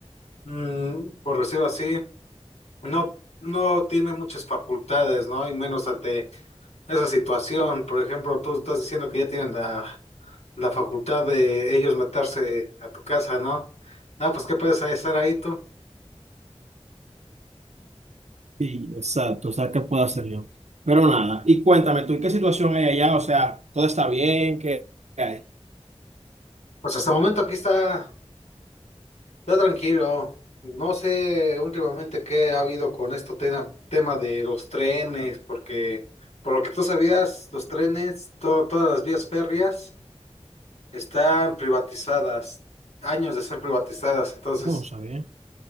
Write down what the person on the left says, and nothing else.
mm, por decirlo así. no, no tiene muchas facultades, ¿no? Y menos ante esa situación. Por ejemplo, tú estás diciendo que ya tienen la, la facultad de ellos meterse a tu casa, ¿no? No, pues qué puedes estar ahí tú.
Pues hasta el momento aquí está, está tranquilo. No sé últimamente qué ha habido con esto tema, tema de los trenes, porque por lo que tú sabías, los trenes, to- todas las vías férreas están privatizadas, años de ser privatizadas, entonces.